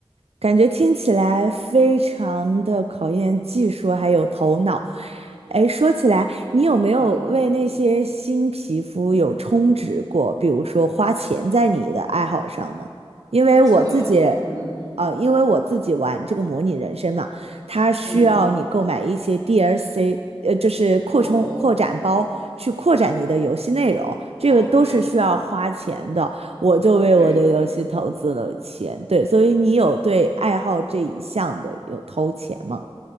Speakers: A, on the right (about 85°); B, on the right (about 40°).
A: 感觉听起来非常的考验技术还有头脑。哎，说起来，你有没有为那些新皮肤有充值过？
B: 嗯，
A: 比如说花钱在你的爱好上呢？因为我自己，
B: 这个，嗯
A: 呃，因为我自己玩这个模拟人生嘛，它需要你购买一些
B: 嗯，
A: DLC，呃，就是扩充扩展包去扩展你的游戏内容，
B: 哦
A: 这个都是需要花钱的。
B: 哦，对
A: 我就为我的游戏投资了钱，
B: 对，
A: 对，所以你有对爱好这一项的有投钱吗？